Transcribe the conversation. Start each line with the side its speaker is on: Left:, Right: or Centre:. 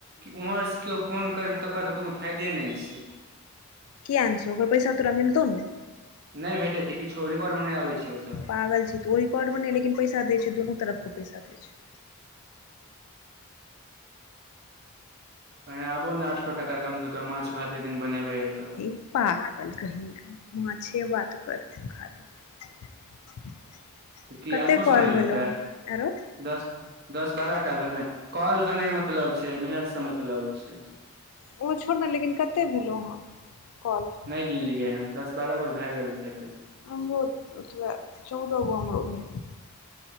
Right: उम्हर से केओ फोन करे तकर त कोनो फायदे नइ छै
Left: किया नै छै ओकर पैसा तोरा मिलतौ ने
Right: नइ भेटै छै किछो नइ आबै छै ओ सब
Left: पागल छी तु ओ रिकॉर्ड मे नइ लेकिन पैसा दै छै दुनू तरफ के पैसा दै छै
Right: ए आबो ने आठ सौ टका कमसँ कम माछ भात एक दिन बनेबे एतअ
Left: ई पाागल कहीं का माछे बात करथि खाली
Right: की
Left: कते
Right: आठो
Left: कॉल
Right: सए नहि
Left: भेलौ
Right: देतै
Left: ह एरो
Right: दस दस बारहटा भेलै कॉलसँ नइ मतलब छै। मिनटसँ मतलब छै।
Left: उ छोड़ न लेकिन कते भेलहुँ हैं कॉल?
Right: गीनलियै हैं दस बारह काॅल भए गेल छै।
Left: हमरो ओतबे चौदहगो हमरो भेलै।